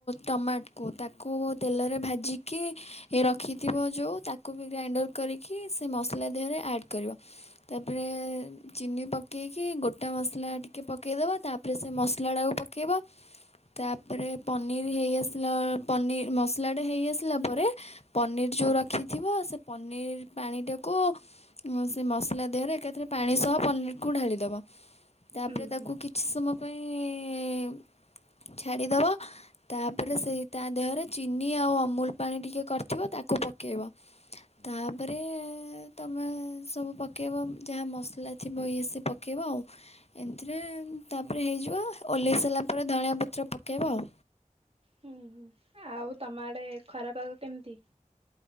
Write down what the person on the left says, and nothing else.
ଟମାଟକୁ ତାକୁ ତେଲରେ ଭାଜିକି ଏ ରଖିଥିବ ଯେଉଁ ତାକୁ ବି ଗ୍ରାଇଣ୍ଡର୍ କରିକି ସେ ମସଲା ଦେହରେ ଆଡ଼୍ କରିବ। ତାପରେ ଚିନି ପକେଇକି ଗୋଟା ମସଲା ଟିକେ ପକାଇଦବା ତାପରେ ସେ ମସଲାଟାକୁ ପକେଇବ। ତାପରେ ପନିର ହେଇ ଆସିଲା ପନିର ମସଲା ଟା ହେଇ ଆସିଲା ପରେ ପନିର୍ ଯୋଉ ରଖିଥିବ ସେ ପନିର ପାଣିଟାକୁ ସେ ମସଲା ଦେହରେ ଏକାଥରେ ପାଣି ସହ ପନିରକୁ ଢାଳିଦବ। ତାପରେ
ତାକୁ
କିଛି ସମୟ ପାଇଁ ଛାଡ଼ିଦେବ। ତାପରେ ସେଇ ତା ଦେହରେ ଚିନି ଆଉ ଅମୁଲ ପାଣି ଟିକେ କରିଥିବ ତାକୁ ପକେଇବ। ତାପରେ ତମେ ସବୁ ପକେଇବ ଯାହା ମସଲା ଥିବ ଇଏ ସିଏ ପ ପକାଇବା ଆଉ ଏମଥିରେ ତାପରେ ହେଇଯିବ ଓହ୍ଲାଇ ସାରିଲା ପରେ ଧନିଆ ପତ୍ର ପକାଇବ ଆଉ।